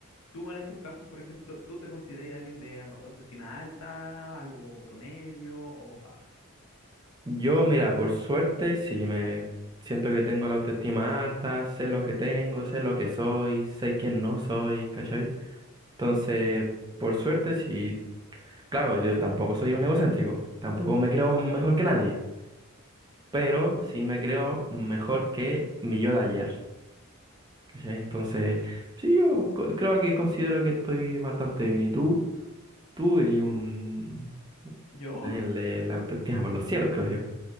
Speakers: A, on the left; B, on the right.
A: Tú en estos casos, por ejemplo, ¿tú te consideras alguien de au- autoestima alta, algo como promedio o baja?
B: Yo, mira, por suerte, sí me siento que tengo la autoestima alta, sé lo que tengo, sé lo que soy, sé quién no soy, ¿cachai? Entonces, por suerte, sí, claro, yo tampoco soy un egocéntrico, tampoco me creo mejor que nadie, pero sí me creo mejor que mi yo de ayer, ¿cachai? Entonces, sí, yo co- creo que considero que estoy bastante bien. ¿Y tú? Tú eres un...
A: ¿Yo?
B: Daniel, el autoestima por los cielos, creo yo.